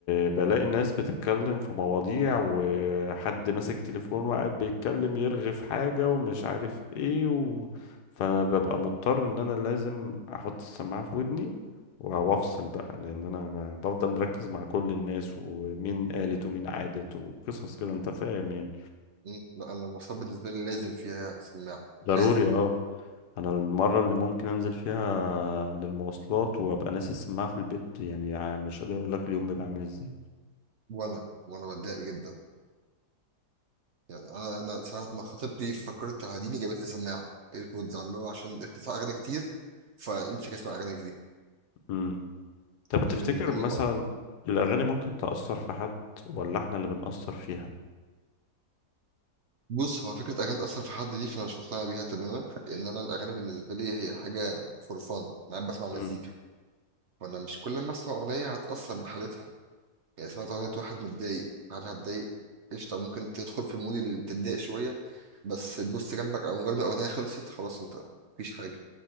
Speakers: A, on the left; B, on the right.
A: بلاقي الناس بتتكلم في مواضيع وحد ماسك تليفون وقاعد بيتكلم يرغي في حاجة ومش عارف ايه و... فانا ببقى مضطر ان انا لازم احط السماعة في ودني وافصل بقى لان انا ب- بفضل مركز مع كل الناس ومين قالت ومين عادت وقصص كده انت فاهم يعني
B: م، لا انا المواصلات بالنسبه لي لازم فيها سماعه
A: ضروري
B: لازم
A: اه انا المرة اللي ممكن انزل فيها للمواصلات وابقى ناسي السماعة في البيت يعني مش قادر اقول لك اليوم بيبقى عامل ازاي
B: وانا وانا بتضايق جدا يعني انا انا ساعه ما خطيبتي فكرت تعاديني جابت لي سماعه ايربودز اللي هو عشان اتفق اغاني كتير فامسك اسمع اغاني في دي
A: إمم. طب تفتكر
B: فانا بالنسبه لي
A: مثلا
B: هو
A: الأغاني ممكن تأثر في حد ولا احنا اللي بنأثر فيها؟
B: بص هو فكره اغاني تاثر في حد دي فانا مش مقتنع بيها تماما لان انا الاغاني بالنسبه لي هي حاجه فور فان انا قاعد بسمع
A: مم.
B: مزيكا فانا مش كل ما اسمع اغنيه هتاثر بحالتها يعني سمعت اغنيه واحد متضايق هل هتضايق قشطه ممكن تدخل في المود اللي تتضايق شويه بس تبص جنبك او مجرد ما الاغنيه خلصت خلاص انت مفيش حاجه